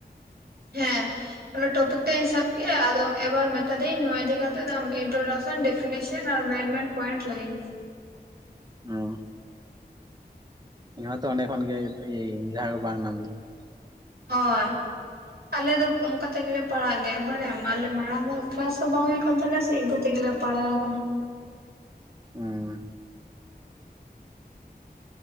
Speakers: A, on the right; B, on the right.
A: ᱦᱮᱸ ᱚᱱᱟ ᱴᱚᱯᱤᱠ ᱴᱟᱜ ᱤᱧ ᱥᱟᱵ ᱠᱮᱜ-ᱟ, ᱟᱫᱚ ᱮᱵᱟᱨ ᱢᱮᱛᱟ ᱫᱤᱭᱟᱹᱧ ᱱᱚᱣᱟ ᱤᱫᱤ ᱠᱟᱛᱮᱫ ᱟᱢ ᱤᱱᱴᱨᱳᱰᱟᱠ ᱰᱤᱯᱷᱤᱱᱮᱥᱚᱱ ᱟᱨ ᱢᱮᱱ ᱢᱮᱱ ᱯᱚᱭᱮᱱᱴ ᱞᱟᱹᱭ ᱤᱧ ᱢᱮ
B: ᱚ ᱤᱧ ᱦᱚᱸᱛᱚ ᱚᱸᱰᱮ ᱠᱷᱚᱱ ᱜᱮ ᱤᱭᱟᱹᱭᱤᱧ ᱡᱟᱦᱟᱸ ᱠᱚ ᱵᱟᱝ ᱧᱟᱢ ᱫᱤᱧ
A: ᱚᱨ ᱟᱞᱮ ᱫᱚ ᱚᱱᱠᱟ ᱛᱮ ᱜᱮᱞᱮ ᱯᱟᱲᱟᱜ ᱜᱮᱭᱟ ᱵᱟᱲᱟᱭᱟᱢ ᱟᱞᱮ ᱢᱟᱲᱟᱝ <inaudible> ᱠᱞᱟᱥ ᱦᱚᱵᱟᱝ ᱦᱳᱭ ᱠᱟᱱ ᱛᱟᱞᱮᱭᱟᱥᱮ ᱤᱱᱠᱟ ᱛᱮᱜᱮ ᱞᱮ ᱯᱟᱲᱟᱣ ᱠᱟᱱ
B: ᱚ